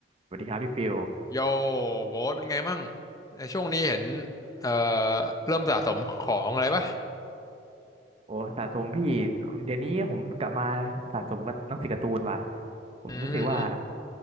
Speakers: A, on the right (about 35°); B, on the left (about 20°).
A: สวัสดีครับพี่ฟิล
B: โยโบ๊ทเป็นไงมั่งในช่วงนี้เห็นเอ่อเริ่มสะสมของอะไรปะ
A: โอ้สะสมพี่เดี๋ยวนี้ผมกลับมาสะสมกับหนังสือการ์ตูนว่ะผมรู้สึกว่า
B: อืมอืม